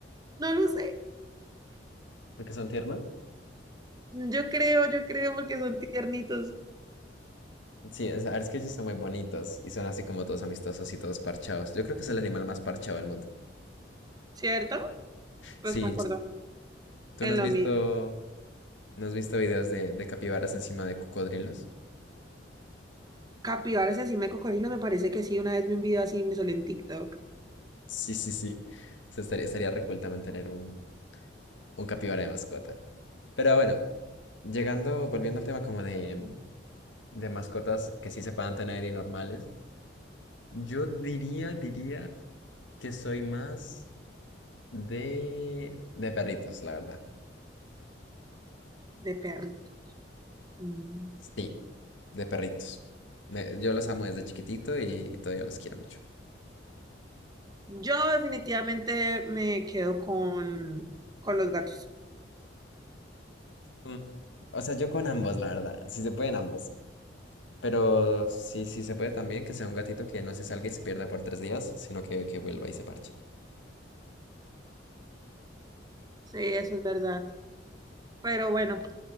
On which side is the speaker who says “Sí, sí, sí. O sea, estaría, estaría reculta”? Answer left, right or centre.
Left